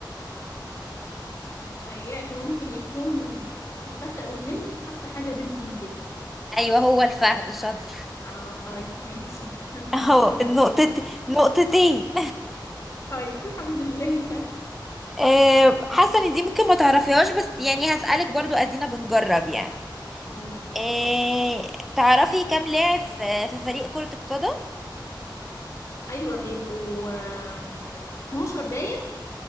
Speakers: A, on the left (about 40°); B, in the centre.
A: متهيألي ممكن يكون الفهد أو النمر حاسة حاجة بينهم كده
B: ايوه هو الفهد شاطر
A: اه طيب ماشي <laughs>
B: اهو
A: طيب
B: النقطة نقطتين
A: طيب الحمد لله
B: <laughs> آه، حاسه ان دي ممكن ما تعرفيهاش بس يعني هسألك برضو ادينا بنجرب يعني
A: قول
B: آه، تعرفي كام لاعب في في فريق كرة القدم
A: أيوة بيبقوا آم، 12 باين